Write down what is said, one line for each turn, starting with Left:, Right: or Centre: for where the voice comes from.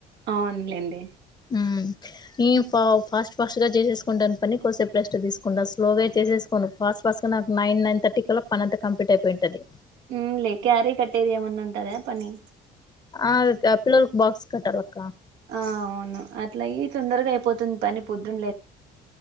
Right: అవునులేండి
Left: ఉమ్ ఈ పావ్ ఫాస్ట్ ఫాస్ట్ గా జేసేస్కుంటన్ పని కోసేప్ రెస్ట్ దిస్కుంటస్ స్లోగే చేసేస్కోను ఫస్ట్ ఫస్ట్ గా నాకు నైన్ నైన్ తట్టి కల్లా పని అంత కంప్లీట్ అయిపోయింటది
Right: ఉమ్ లే క్యారీ కట్టేదేమన్నా ఉంటాద పని
Left: ఆమ్ అద్ డబ్బాలక్ బోక్స్ కట్టలక్క
Right: ఆ అవును అట్లై తొందరగా అయిపోతుంది పని పొద్దున్